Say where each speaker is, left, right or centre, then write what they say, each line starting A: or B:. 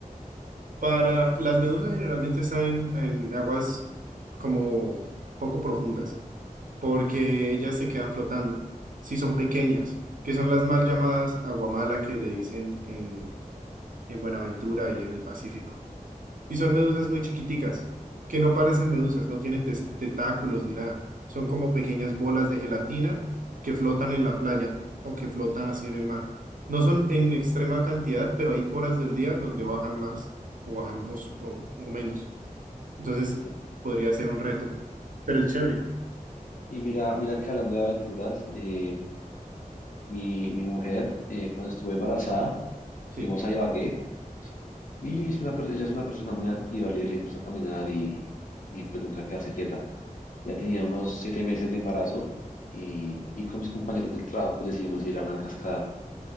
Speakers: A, on the right; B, on the left.
A: Para las medusas generalmente están en, en aguas como poco profundas, porque ellas se quedan flotando. Si son pequeñas, que son las mal llamadas aguamala que le dicen en, en Buenaventura y en el Pacífico. Y son medusas muy chiquiticas, que no parecen medusas, no tienen tes- tentáculos ni nada. Son como pequeñas bolas de gelatina que flotan en la playa o que flotan así en el mar. No son en extrema cantidad, pero hay horas del día donde bajan más o bajan o, su- o- o menos. Entonces
B: Interesante.
A: podría ser un reto, pero es chévere.
B: Y mira, mira que hablando de aventuras, eh, mi, mi mujer, eh, cuando estuve embarazada,
A: Sí,
B: fuimos a Ibagué y es una, per- ella es una persona muy activa, le, le gusta caminar y, y pues nunca quedarse quieta. Ya tenía unos siete meses de embarazo y, y con mis compañeros del trabajo pues decidimos ir a una cascada